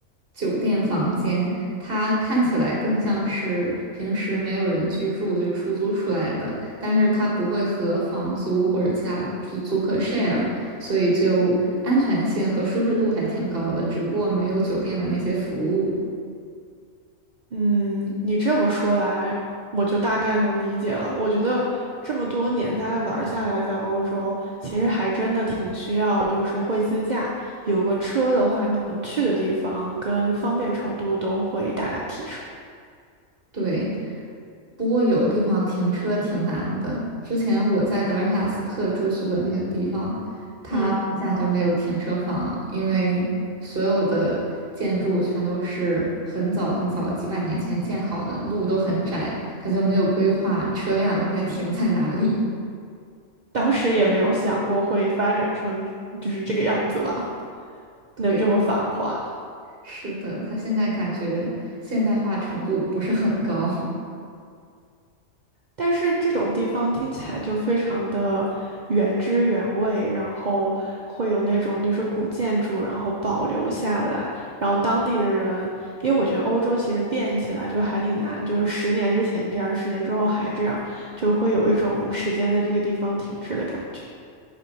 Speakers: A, on the right; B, on the right.
A: 酒店房间，它看起来更像是平时没有人居住就出租出来的，但是它不会和房租或者其他租租客 share，所以就安全性和舒适度还挺高的，只不过没有酒店的那些服务。
B: 嗯，你这么说来，我就大概能理解了。我觉得这么多年大概玩儿下来，在欧洲其实还真的挺需要，就是会自驾，有个车的话，你能去的地方跟方便程度都会大大提升。
A: 对，不过有的地方停车挺难的。之前我在德尔雅斯特住宿的那个地方，它楼下就没有停车房，
B: 嗯，
A: 因为所有的建筑全都是很早很早几百年前建好的，路都很窄，它就没有规划车辆应该停在哪里。
B: 当时也没有想过会发展成就是这个样子吧，
A: 对，
B: 能这么繁华。
A: 我是的，它现在感觉现代化程度不是很高。
B: 但是这种地方听起来就非常的原汁原味，然后会有那种就是古建筑，然后保留下来，然后当地的人，因为我觉得欧洲其实变起来就还挺难，就是十年之前这样，十年之后还这样，就会有一种时间在这个地方停滞的感觉。